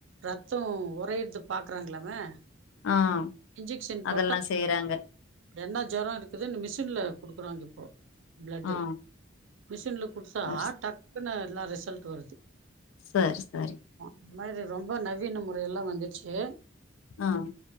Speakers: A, on the right; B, on the left.
A: ரத்தம் உரையிடுது பாக்குறாங்களாமே
B: ஆஹ்
A: இன்ஜெக்ஷன்
B: அதெல்லா
A: போட்டா
B: செய்யறாங்க
A: என்ன ஜோரோ இருக்குதுன்னு மிஷின்ல குடுக்குறாங்க இப்போ பிளட்டு
B: ஆ.
A: மிஷின்ல குடுத்தா
B: சரி,
A: டக்குனு எல்லா ரிசல்ட் வருது
B: சரி சரி
A: அந்த மாரி ரொம்ப நவீன முறைல்லா வந்திருச்சு
B: ஆஹ்